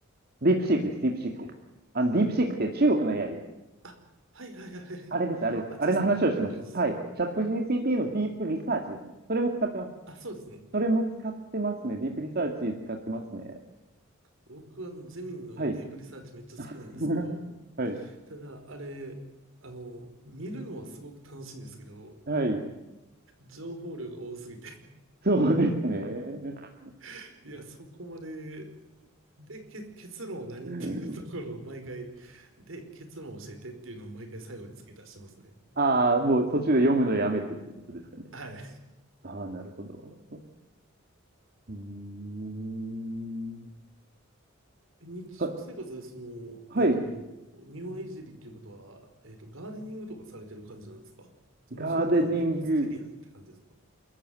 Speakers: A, on the right; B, on the right.
A: ディープシークです、ディープシークです。あの、ディープシークって中国の AI です。
B: あ、はいはいはいはい。
A: あれです、
B: <laughs>
A: あれです。
B: あっちですね。
A: あれの話をしてました。
B: 了解です。
A: はい。チャット GPT のディープリサーチですね。それも使ってます。
B: あ、そうですね。
A: それも使ってますね。ディープリサーチ使ってますね。
B: 僕はあの、ゼミニのディープリサーチめっちゃ好きなんですけど、
A: はい。<laughs> はい。
B: ただ、あれ、あの、見るのはすごく楽しいんですけど、
A: はい。
B: 情報量が多すぎて、
A: そうですね。
B: <laughs> いや、そこまで、で、け結論は何っていうところを毎回、
A: <laughs>
B: で、結論を教えてっていうのを毎回最後に付け足してますね。
A: ああ、もう途中で読むのやめてってことですかね。
B: はい。
A: ああ、なるほど。うーん。
B: 日常生活でその、
A: は、はい。
B: えっと、庭いじりっていうことは、えっと、ガーデニングとかされてる感じなんですかもうそれともエクステリアって感じですか
A: ガーデニング、